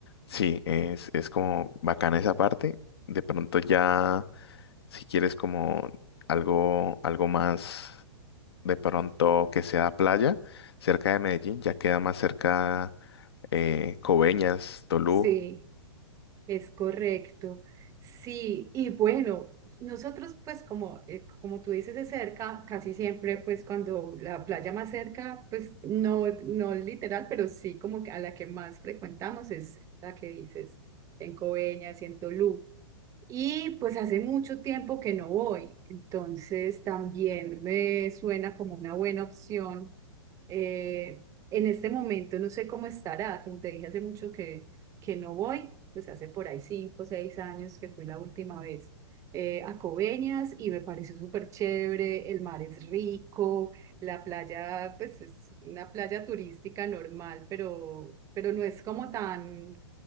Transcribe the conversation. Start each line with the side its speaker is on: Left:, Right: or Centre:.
Left: Sí, es, es como bacana esa parte. De pronto ya, si quieres como algo, algo más, de pronto que sea playa, cerca de Medellín, ya queda más cerca eh, Coveñas, Tolú.
Right: Sí, es correcto. Sí, y bueno, nosotros pues como, eh, como tú dices de cerca, casi siempre pues cuando la playa más cerca, pues no, no literal, pero sí como que a la que más frecuentamos es la que dices en Coveñas y en Tolú. Y pues hace mucho tiempo que no voy, entonces también me suena como una buena opción. Eh, en este momento no sé cómo estará, como te dije hace mucho que, que no voy, pues hace por ahí cinco o seis años que fue la última vez eh, a Coveñas y me pareció súper chévere, el mar es rico, la playa pues es una playa turística normal, pero, pero no es como tan